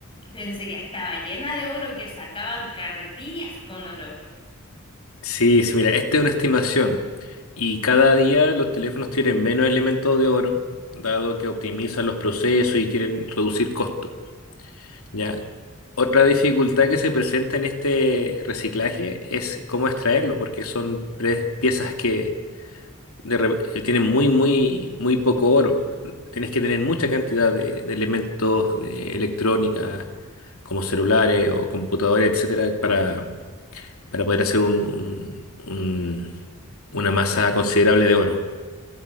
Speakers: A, on the left; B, on the left.
A: pensé que estaba llena de oro, que sacaban carretillas con oro.
B: sí, sí, mira, esta es una estimación. Y cada día los teléfonos tienen menos elementos de oro, dado que optimizan los procesos y quieren reducir costos. ¿Ya? Otra dificultad que se presenta en este reciclaje es cómo extraerlo, porque son pre- piezas que de re- eh, tiene muy, muy, muy poco oro. Tienes que tener mucha cantidad de, de elementos de electrónica, como celulares o computadores, etcétera, para, para poder hacer un, un- un- una masa considerable de oro.